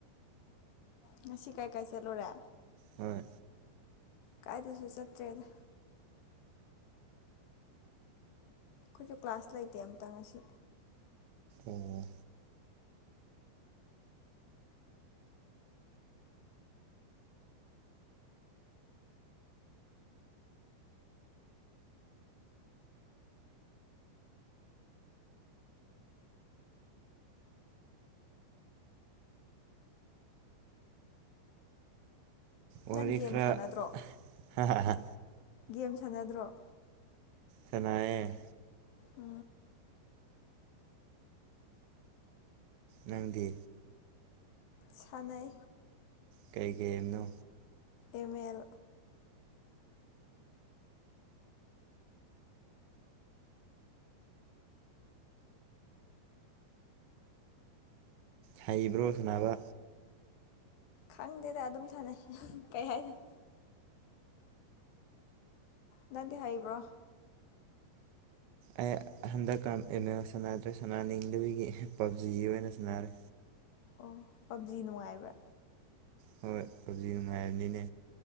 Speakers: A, on the left; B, on the right.
A: ꯉꯁꯤ ꯀꯥꯏ ꯀꯥꯏ ꯆꯠꯂꯨꯔꯦ
B: ꯍꯣꯏ
A: ꯀꯥꯏꯗꯁꯨ ꯆꯠꯇ꯭ꯔꯦꯗ ꯑꯩꯈꯣꯏꯁꯨ ꯀ꯭ꯂꯥꯁ ꯂꯩꯇꯦ ꯑꯝꯇꯥ ꯉꯁꯤ
B: ꯑꯣ ꯋꯥꯔꯤ
A: ꯅꯪ ꯒꯦꯝ
B: ꯈꯔ
A: ꯁꯥꯟꯅꯗ꯭ꯔꯣ
B: ꯍꯥ ꯍꯥ ꯍꯥ
A: ꯒꯝ ꯁꯥꯟꯅꯗ꯭ꯔꯣ
B: ꯁꯥꯅꯥꯌꯦ
A: ꯑ
B: ꯅꯪꯗꯤ
A: ꯁꯅꯩ
B: ꯀꯩ ꯒꯥꯃꯦ ꯅꯣ
A: ꯑꯃ ꯑꯥꯜ
B: ꯍꯩꯕ꯭ꯔꯣ ꯁꯅꯥꯕ
A: ꯈꯪꯗꯦꯗ ꯑꯗꯨꯝ ꯁꯥꯟꯅꯩ ꯀꯩ ꯍꯥꯏꯅꯤ ꯅꯪꯗꯤ ꯍꯩꯕ꯭ꯔꯣ
B: ꯑꯩ ꯍꯟꯗꯛ ꯀꯥꯟ ꯑꯦꯝ ꯑꯦꯜ ꯁꯥꯟꯅꯗ꯭ꯔꯦ ꯁꯥꯟꯅꯅꯤꯡꯗꯕꯒꯤ ꯄꯞꯖꯤ ꯑꯣꯏꯅ ꯁꯥꯟꯅꯔꯦ
A: ꯑꯣ ꯄꯞꯖꯤ ꯅꯨꯡꯉꯥꯏꯕ꯭ꯔꯥ
B: ꯍꯣꯏ ꯄꯞꯖꯤ ꯅꯨꯡꯉꯥꯏꯕꯅꯤꯅꯦ